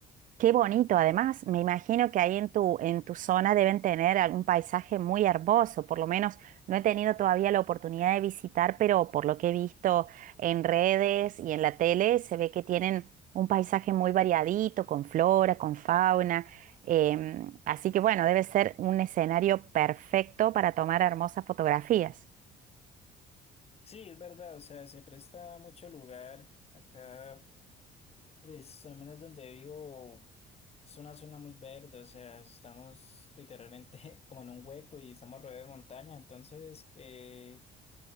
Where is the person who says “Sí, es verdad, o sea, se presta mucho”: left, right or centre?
Left